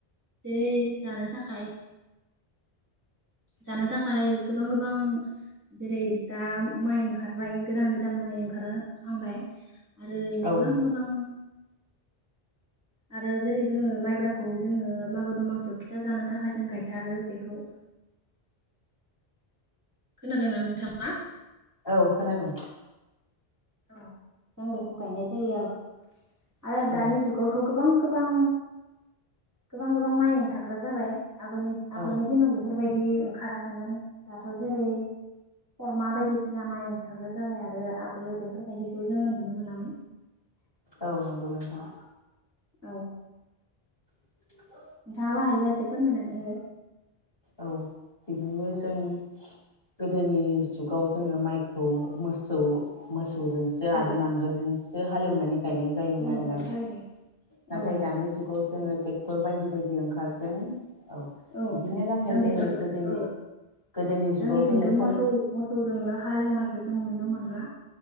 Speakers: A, on the right; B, on the left.
A: जेरै जानो थाखाय जानो थाखाय गोबां गोबां जेरै दा माइ ओंखारबाय गोदान गोदान माइ ओंखारहांबाय। आरो
B: औ
A: गोबां
B: नंगौ
A: गोबां। आरो जेरै जोंङो माइब्रा। खौ जोङो मागो दमासिआव फिथा जानो थाखाय जों गायथारो बेखौ खोनादोंना नोंथाङा।
B: औ खोनादों।
A: औ जों बेखौ गायनाय जायो आरो। आरो दानि
B: औ
A: जुगावथ गोबां। गोबां। गोबां गोबां माइ ओंखार। हाग्रा जाबाय। आगोलनि आगोलनि
B: औ
A: दिन बेफोर बेफोरबायदि ओंखाराखैमोन दाथ जेरै खरमा बायदिसिना माइ। आगोल जाबाय आरो आगोल। बेफोरबायदिखौ जोंङो नुनो मोनामोन।
B: औ नोंगौ नोंथां।
A: औ।
B: <inaudible>
A: नोंथाङाबो हायोबा एसे फोरमायनानै हो।
B: बिदिनो जों गोदोनि जुगाव जोंङो माइखौ मोसौ मोसौ। मोसौजोंसो आरो
A: औ
B: नांगोलजों हालेवनानै गायनाय जायोमोन
A: औ नंगौ
B: आरोना नोंथां
A: थारैनो
B: नाथाय
A: औ
B: दानि जुगाव जोंङो। ट्रेक्टर बायदि बायदि ओंखारदों। औ
A: औ
B: बिदिनो
A: जों
B: जोङो
A: बेफोरखौ
B: गोदोनि
A: औ
B: गोदोनि जुगाव
A: जोंनिथिंथ
B: जोङो सम
A: मोसौ मोसौजोंनो हालेवनायखौ जों नुनो मोनला